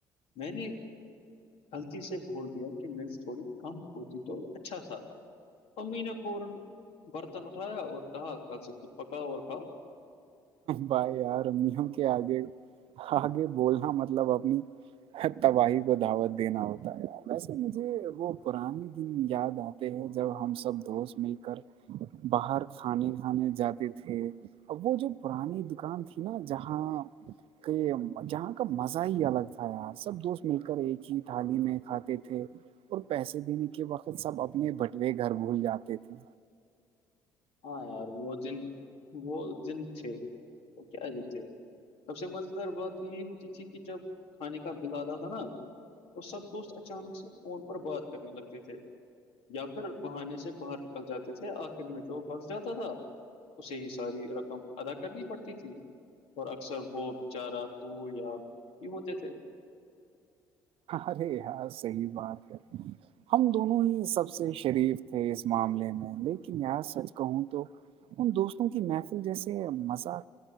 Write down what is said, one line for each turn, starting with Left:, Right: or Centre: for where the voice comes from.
Left: میں نے غلطی سے بھول دیا میری اسٹوری کم ہوتی تو اچھا تھا امیین پورن <unintelligible> برتن اٹھایا اور کہا کل سے خود پکاؤ اور کھؤ
Right: بھائی یار امیوں کے آگے آگے بولنا مطلب اپنی تباہی کو دعوت دینا ہوتا ہے ویسے مجھے وہ پرانے دن یاد آ ہیں جب ہم سب دوست مل کر باہر کھانے کھانے جاتے تھے ا وہ جو پرانی دکان تھی نا جہاں کہ یہ جہاں کا مزہ ہی الگ تھا یار سب دوست مل کر ایک ہی تھالی میں کھاتے تھے اور پیسے دینے کے وقت سب اپنے بٹوے گھر بھول جاتے تھے
Left: ہاں یار وہ دن وہ دن تھے وہ کیا دیتے سب سے مز دار بہت تو یہ ہوتی تھی کہ جب کھانے کا بل آتا تھا نا تو سب دوست اچانک سے فون پر بات کرنے لگتے تھے یا پھر بہانے سے باہر نکل جاتے تھے آخر میں جو پھنس جاتا تھا اسے ہی ساری رقم ادا کرنی پڑتی تھی اور اکثر وہ بچارہ تو یا نہیںی ہوتے تھے
Right: ارے ہاں صحی بات ہے ہم دونوں ہی سب سے شریف تھے اس معاملے میں لیکن ار سچ کہوں تو ان دوستوں کی محفل جیسے مزہ